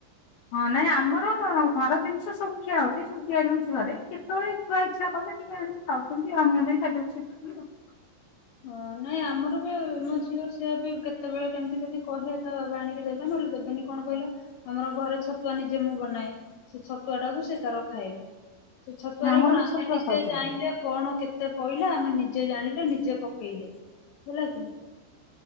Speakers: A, on the left; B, on the left.
A: ହଁ ନାଇଁ ଆମର ଘର ଜିନିଷ ସବୁ ଖିଆ ହଉଛି, ସବୁ ତିଆରି ହଉଛି ଘରେ, କେତେବେଳେ ଛୁଆ ଇଛା କଲେ ଟିକେ ଖାଉ କତି ଆଣରେ ସାଟା ଅଛି <unintelligible>
B: ହଁ ନାଇଁ ଆମର ମୋ ଝିଅ ଝିଅ ବି କେତେ? କେତେବେଳେ କେମିତି ଯଦି କହେ ତା ବାବା ଆଣିକି ଦେବେ ନହେଲେ ଦେବେନି, କଣ କହିଲ -ଆମର ଘରେ ଛତୁଆ ନିଜେ ମୁଁ ବନାଏ, ସେ ଛତୁଆ ଟାକୁ ସେ ତାର ଖାଏ ସେ ଛତୁଆରେ
A: ଆମର
B: କଣ
A: ବି
B: ଆମେ
A: ଛତୁଆ
B: ନିଶ୍ଚୟ
A: ଖାଉଛନ୍ତି।
B: ଜାଇଁଲେ କଣ କେତେ କେତେ ପଇଲା ଆମେ ନିଜେ ଜାଣିଲେ ନିଜେ ପକେଇଲେ ହେଲା କି?